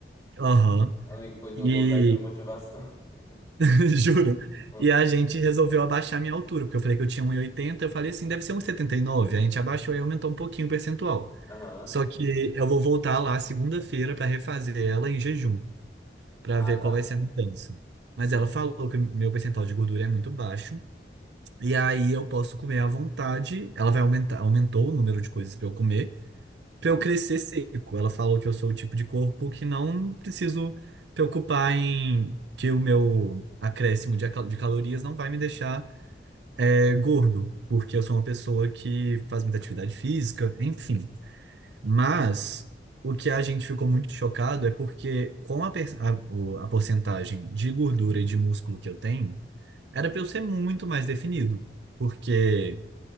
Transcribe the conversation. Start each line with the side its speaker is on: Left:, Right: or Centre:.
Right: Aham.
Left: Amigo, pois eu
Right: E
Left: vou usar isso de motivação. <laughs>
Right: <laughs> juro.
Left: Hum,
Right: E a gente resolveu
Left: hum.
Right: abaixar a minha altura, porque eu falei que eu tinha um 1,80, eu falei assim, deve ser um 1,79. A gente abaixou e aumentou um pouquinho o percentual.
Left: Aham,
Right: Só que eu vou voltar lá segunda-feira para refazer ela em jejum, para
Left: ah,
Right: ver
Left: tá.
Right: qual vai ser a mudança. Mas ela falou que meu percentual de gordura é muito baixo. E aí eu posso comer à vontade. Ela vai aumentar, aumentou o número de coisas para eu comer.
Left: Uhum.
Right: pra eu crescer seco. Ela falou que eu sou o tipo de corpo que não preciso preocupar em que o meu acréscimo de, acal- de calorias não vai me deixar é, gordo, porque eu sou uma pessoa que faz muita atividade física, enfim. Mas o que a gente ficou muito chocado é porque com a, per- a, o- a porcentagem de gordura e de músculo que eu tenho, era para eu ser muito mais definido, porque